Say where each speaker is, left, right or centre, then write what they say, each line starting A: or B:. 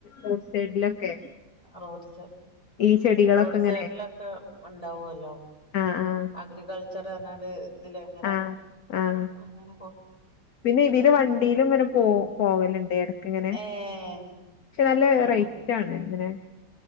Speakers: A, on the left; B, on the left.
A: റോഡ് സൈഡിലൊക്കെ
B: റോഡ് സൈ
A: ഈ ചെടികളൊക്കെ
B: റോഡ്
A: ഇങ്ങനെ
B: സൈഡിലൊക്കെ ഉണ്ടാവല്ലോ
A: ആഹ് ആഹ്
B: അഗ്രികൾച്ചർട്ഇതില എങ്ങനെ
A: ആഹ് ആഹ്
B: അങ്ങന
A: പിന്നെ ഇവല് വണ്ടിയിലും ഇങ്ങനെ പോ പോകലുണ്ട ഇട ങ്ങനെ
B: ഏഹ്
A: പക്ഷെ നല്ല
B: ആണോ
A: റൈറ്റ് ആണ് ഇങ്ങനെ